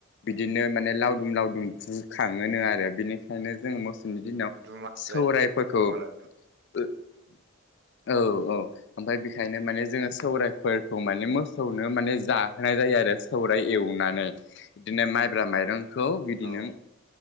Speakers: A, on the left; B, on the right.
A: बिदिनो माने लावदुम लावदुम बुखाङोनो आरो । बिनिखायनो मोसौ दिनि दिनाव
B: दुमालु
A: सौरायफोरखौ।
B: जायो दुमालु
A: ओ। औ। औ ओमफ्राय बेखायनो माने जोङो सौरायाइफोरखौ माने मोसौनो माने जाहोनाय जायो। आरो सौरायाइ एवनानै बिदिनो माइब्रा माइरं खौ बिदि
B: औ
A: नों